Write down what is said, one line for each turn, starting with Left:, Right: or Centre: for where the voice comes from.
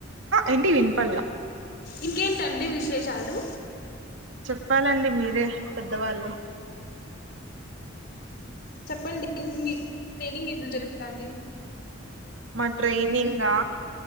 Right: ఎంటి విన్పల్లా
Left: ఇంకేంటండి విశేషాలు
Right: చెప్పాలండి మీరే పెద్దవాళ్ళు
Left: చెప్పండి మీ ట్రేనింగ్ ఎట్లా జరుక్తాంది
Right: మా ట్రైనింగ్ గా